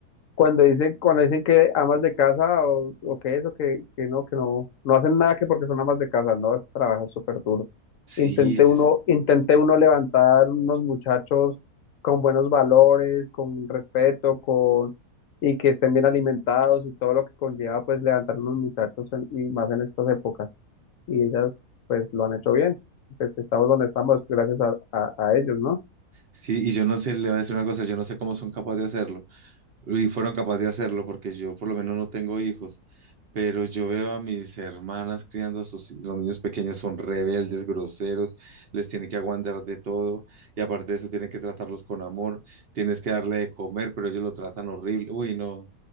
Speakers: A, on the left; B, on the right.
A: cuando dicen, cuando dicen que amas de casa o, o que eso, que, que no, que no, no hacen nada que porque son amas de casa, no, ese trabajo es súper duro.
B: sí,
A: Intenté
B: les.
A: uno, intenté uno levantar unos muchachos con buenos valores, con respeto, con, y que estén bien alimentados y todo lo que conlleva pues levantar unos muchachos en- y más en estas épocas. Y ellas pues lo han hecho bien. Pues estamos donde estamos gracias a, a, a ellos, ¿no?
B: Sí, y yo no sé, le voy a decir una cosa, yo no sé cómo son capaces de hacerlo, y fueron capaces de hacerlo, porque yo por lo menos no tengo hijos, pero yo veo a mis hermanas criando a sus, los niños pequeños, son rebeldes, groseros, les tiene que aguantar de todo, y aparte de eso tiene que tratarlos con amor, tienes que darle de comer, pero ellos lo tratan horrible, uy, no,